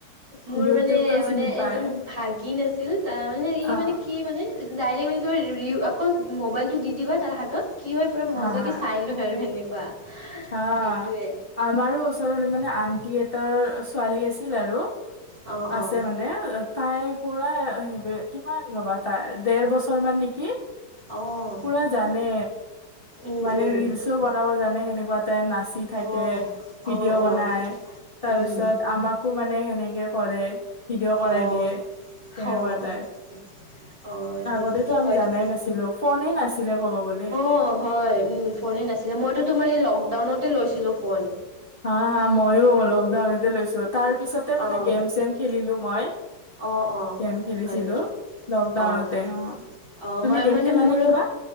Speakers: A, on the right; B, on the left.
A: মোৰ
B: ইউটিউবটো
A: মানে
B: চিনি
A: মানে
B: পায়
A: এজন ভাগিন নাছিল তাৰ মানে ই
B: অ
A: মানে কি মানে ডাইৰি <unintelligible> আকৌ মোবাইলটো দি দিবা তাৰ হাতত কি হয় পুৰা মজা
B: হা হা
A: <unintelligible> আৰু সেনেকুৱা
B: হা,
A: সেইটোৱে
B: আমাৰো ওচৰত মানে আনটি এটাৰ ছোৱালী আছিল আৰু
A: অঁ
B: আছে
A: অঁ
B: মানে তাই পুৰা হে কিমান ৰ'বা তাইৰ দেৰ বছৰ মান নেকি
A: অঁ
B: পুৰা জানে
A: উম
B: মানে
A: উম
B: ৰিলচোও বনাব জানে সেনেকুৱা নাচি থাকে
A: অঁ
B: ভিডিঅ'
A: অঁ অঁ
B: বনাই তাৰপিছত
A: উম
B: আমাক কো মানে সেনেকে কৰে ভিডিঅ' কৰাই
A: অঁ
B: দিয়ে তেনেকুৱা
A: অঁ
B: তাই
A: <inaudible>
B: আগতেতো
A: সেইটোতো
B: আমি
A: হয়
B: জানাই
A: তুমি
B: নাছিলোঁ ফোনে নাছিলে ক'ব গলে
A: অ', হয় উম, ফোনে নাছিলে মইতো তোমাৰ এই লকডাউনতে লৈছিলোঁ ফোন
B: হা, হা মইও লকডাউনতে লৈছোঁ তাৰ পিছতে মানে
A: অঁ
B: গেম চেম খেলিলোঁ মই
A: অঁ অঁ
B: গেম খেলিছিলোঁ
A: হয় নেকি
B: লকডাউনতে
A: অঁ
B: অ'
A: অঁ
B: তুমি
A: মই
B: গেম
A: মানে
B: খেলানে
A: মোৰ
B: কিবা?